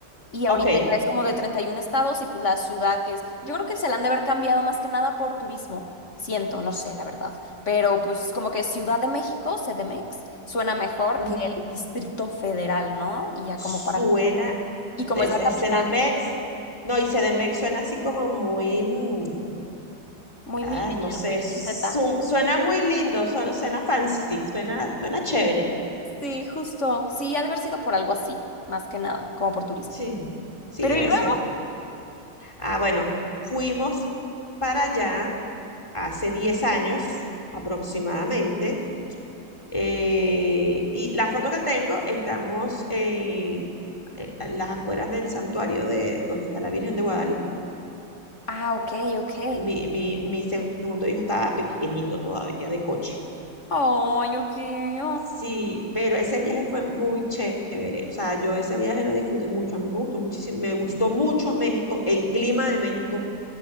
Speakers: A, on the left (about 40°); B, on the left (about 15°).
A: y ahorita
B: Ah, Ok,
A: ya es como de 31 estados y pues la ciudad que es, yo creo que se la han de haber cambiado más que nada por turismo, siento, no sé la verdad, pero pues como que Ciudad de México, CDMX, suena mejor
B: ujú.
A: que el distrito federal, ¿no? Y ya
B: Suena,
A: como para... vi- Y como
B: es,
A: es la
B: es
A: capital,
B: CDMX, no, y CDMX suena así como muy, mm,
A: muy
B: ah,
A: millennial,
B: no sé,
A: muy Gen
B: su-
A: Z.
B: suena muy lindo, su- suena fancy, suena, suena chévere.
A: Sí, justo, sí, ha de haber sido por algo así, más que nada, como por turismo.
B: Sí, sí,
A: Pero
B: debe
A: y luego...
B: ser. Ah, bueno, fuimos para allá hace 10 años aproximadamente. eh, y la foto que tengo, estamos en, eh, a las afueras del santuario de donde está la Virgen de Guadalupe.
A: Ah, ok, ok.
B: Mi, mi, mi segundo hijo estaba pequeñito todavía, de coche.
A: Ay, ok, ay,
B: Sí, pero ese viaje fue muy chévere. O sea, yo ese viaje lo disfruté mucho. A mí me gustó muchísimo, me gustó mucho México, el clima de México